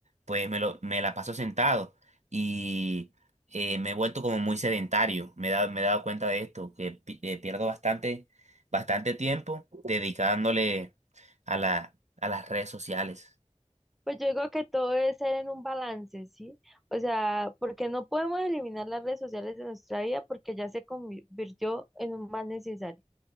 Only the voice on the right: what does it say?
pues me lo, me la paso sentado y eh, me he vuelto como muy sedentario. Me he dado, me he dado cuenta de esto, que pi- eh, pierdo bastante, bastante tiempo dedicándole a la, a las redes sociales.